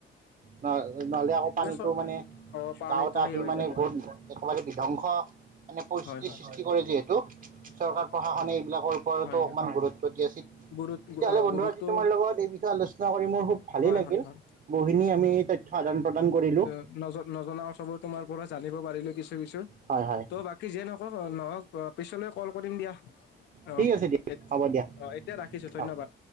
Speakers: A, on the right; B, on the left.
A: নহ নহ'লে আকৌ পানীটো
B: চব
A: মানে
B: অ পানীটো
A: গাৱট আহি
B: সেই হৈ
A: মানে
B: যাব
A: গত একেবাৰে বিধ্বংস। মানে পৰিস্থিতি
B: হয় হয়
A: সৃষ্টি কৰে যিহেতু চৰকাৰ
B: হয় হয়
A: প্ৰশাসনে এইবিলাকৰ ওপৰতো
B: হয়
A: অকমান
B: হয়
A: গুৰুত্ব দিয়া। তেতিয়াহ'লে
B: গুৰুত
A: বন্ধু
B: গুৰুতো
A: আজি তোমাৰ লগত এই বিষয়ে আলোচনা কৰি ম হু। ভালেই
B: হয়
A: লাগিল
B: হয় হয়
A: বহু খিনি আমি তথ্য আদান প্ৰদান কৰিলো।
B: ন নজনা কথাবোৰ তোমাৰ পৰা জানিব পাৰিলো কিছু কিছু
A: হয় হয়
B: তো' বা। কি যিয়ে নকওঁ নহওক পিছলৈ কল কৰিম দিয়া অ
A: ঠিক আছে দিয়া
B: এত
A: হ'ব দিয়া
B: অ এট। এতিয়া ৰাখিছোঁ
A: হ'ব
B: ধন্যবাদ।